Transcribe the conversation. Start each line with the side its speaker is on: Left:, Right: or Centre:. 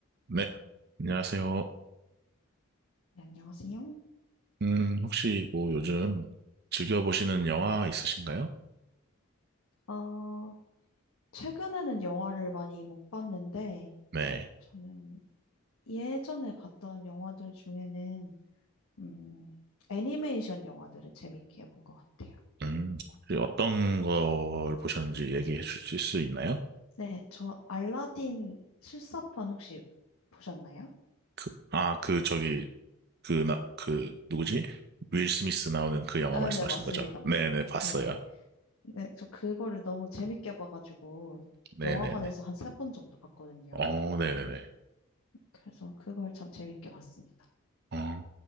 Right: 네, 안녕하세요.
Left: 네, 안녕하세요.
Right: 음, 혹시 뭐 요즘 즐겨보시는 영화 있으신가요?
Left: 어, 최근에는 영화를 많이 못 봤는데,
Right: 네.
Left: 저는 예전에 봤던 영화들 중에는, 음, 애니메이션 영화들을 재밌게 본 것 같아요.
Right: 음, 혹시 어떤 걸 보셨는지 얘기해 주실 수 있나요?
Left: 네, 저 알라딘 실사판 혹시 보셨나요?
Right: 그, 아, 그, 저기, 그, 나, 그, 누구지? 윌 스미스 나오는 그 영화
Left: 아,
Right: 말씀하신
Left: 네, 맞습니다.
Right: 거죠?
Left: 맞습니다.
Right: 네네, 봤어요.
Left: 네. 네, 저 그거를 너무 재밌게 봐가지고,
Right: 네네네.
Left: 영화관에서 한 세 번 정도 봤거든요.
Right: 어, 네네네.
Left: 그래서 그걸 참 재밌게 봤습니다.
Right: 어,